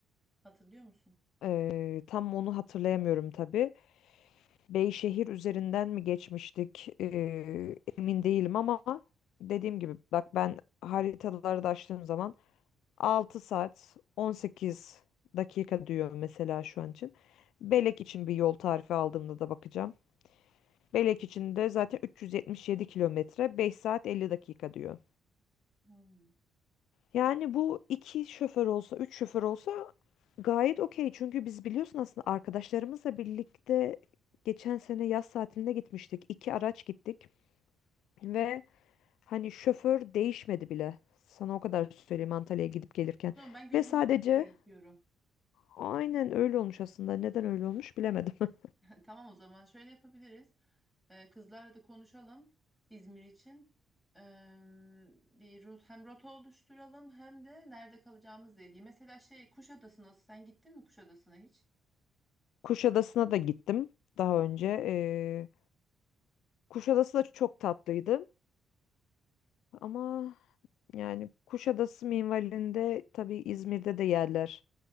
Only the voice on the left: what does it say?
Eee, tam onu hatırlayamıyorum tabii. Beyşehir üzerinden mi geçmiştik? Eee, emin değilim ama dediğim gibi bak ben haritaları da açtığım zaman 6 saat 18 dakika diyor mesela şu an için. Belek için bir yol tarifi aldığımda da bakacağım. Belek için de zaten 377 kilometre 5 saat 50 dakika diyor.
Yani bu iki şoför olsa, üç şoför olsa gayet okey. Çünkü biz biliyorsun aslında arkadaşlarımızla birlikte geçen sene yaz tatiline gitmiştik. İki araç gittik ve hani şoför değişmedi bile. Sana o kadar söyleyeyim Antalya'ya gidip gelirken.
Ve sadece
Aynen öyle olmuş aslında. Neden öyle olmuş bilemedim. <laughs>
Kuşadası'na da gittim daha önce. Ee, Kuşadası da çok tatlıydı. Ama yani Kuşadası minvalinde tabii İzmir'de de yerler